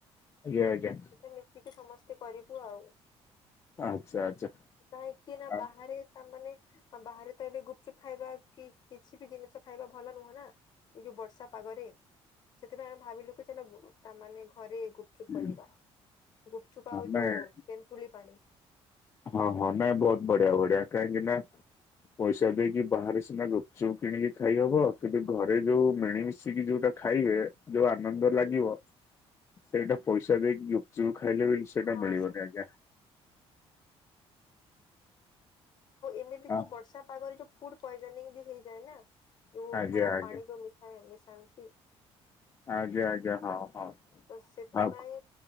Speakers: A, on the left; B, on the left.
A: <inaudible>
B: ମିଶିକି ସମସ୍ତେ କରିବୁ ଆଉ।
A: <inaudible>
B: କାହିଁକି ନା
A: ଆ-
B: ବାହାରେ ତା' ମାନେ ବାହାରେ ତ ଏବେ ଗୁପଚୁପ୍ ଖାଇବା, କି କିଛି ବି ଜିନିଷ ଖାଇବା ଭଲ ନୁହଁ ନା। ଏଇ ଯଉ ବର୍ଷା ପାଗରେ, ସେଥି ପାଇଁ ଆମେ ଭାବିଲୁ କି ତା ମାନେ ଘରେ ଗୁ ଚୁପ୍
A: ହଁ
B: କରିବା, ଗୁପ୍ଚୁପ୍ ଆଉ
A: ନାଇଁ
B: ଯଉ ତେନ୍ତୁଲି ପାଣି।
A: ହଁ ହଁ ନାଇଁ, ବହୁତ୍ ବଢ଼ିଆ ବଢ଼ିଆ କାହିଁକି ନା ପଇସା ଦେଇକି ବାହାରେ ସିନା ଗୁପ୍ଚୁପ୍ କିଣିକି ଖାଇ ହବ, ଘରେ ଯଉ ମିଳି ମି ମିଶିକି ଯଉଟା ଖାଇବେ, ଯଉ ଆନନ୍ଦ
B: ହୁଁ।
A: ଲାଗିବ। ସେଇଟା ପଇସା ଦେଇକି ଗୁପ୍ଚୁପ୍ ଖାଇଲେ ବି ସେଇଟା
B: <unintelligible> ଆଉ
A: ମିଳିବନି ଆଜ୍ଞା।
B: ଏମିତି
A: ହଁ
B: ଯଉ ବର୍ଷା ପାଗରେ ଯଉ ଫୁଡ୍ ପଏଜନିଂ ବି ହେଇଯାଏ ନା। ଯଉ
A: ଆଜ୍ଞା
B: ଖରାପ୍
A: ଆଜ୍ଞା
B: ପାଣି-----ମିଶାନ୍ତି।
A: <inaudible>
B: ସେଥି
A: ଆଉ
B: ପାଇଁ